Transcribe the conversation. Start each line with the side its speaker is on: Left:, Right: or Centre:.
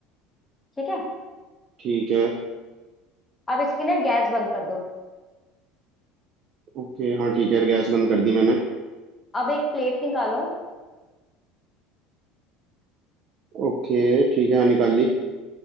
Left: ठीक है
Right: ठीक है
Left: अब इसकी ना गैस बंद कर दो
Right: ओके हाँ ठीक है गैस बंद कर दी मैंने
Left: अब एक प्लेट निकालो
Right: ओके ठीक है हाँ निकाल ली